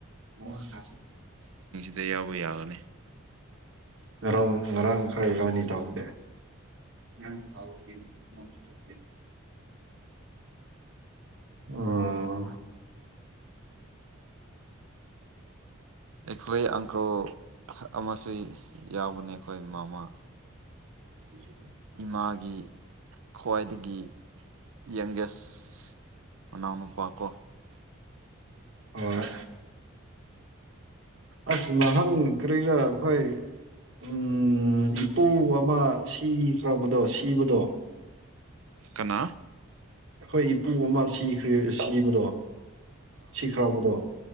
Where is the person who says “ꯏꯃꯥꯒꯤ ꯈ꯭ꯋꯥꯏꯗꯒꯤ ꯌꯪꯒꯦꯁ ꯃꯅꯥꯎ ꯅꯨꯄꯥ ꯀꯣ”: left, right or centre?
Right